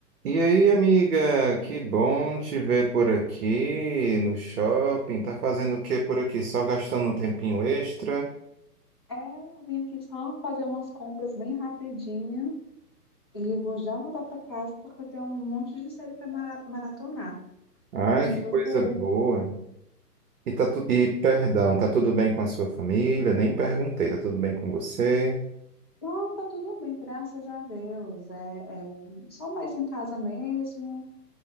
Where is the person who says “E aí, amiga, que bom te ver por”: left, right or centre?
Right